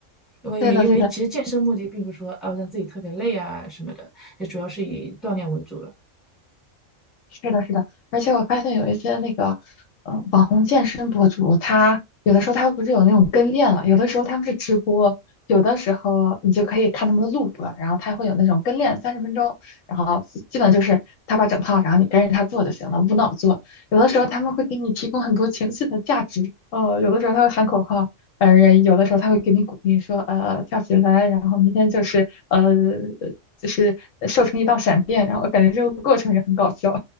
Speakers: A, in the centre; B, on the left.
A: 因为因为其实健身目的并不是说啊让自己特别累啊什么的，
B: 对的对的，
A: 也主要是以锻炼为主了。
B: 是的，是的，而且我发现有一些那个，嗯、网红健身博主，他有的时候他不是有那种跟练嘛，有的时候他们是直播，有的时候你就可以看他们的录播，然后他会有那种跟练三十分钟，然后基基本就是他把整套，然后你跟着他做就行了，无脑做。有的时候他们会给你提供很多情绪的价值，呃，有的时候他会喊口号，呃，有的时候他会给你鼓励说，呃，跳起来，然后明天就是呃，就是呃瘦成一道闪电，然后我感觉这个过程也很搞笑。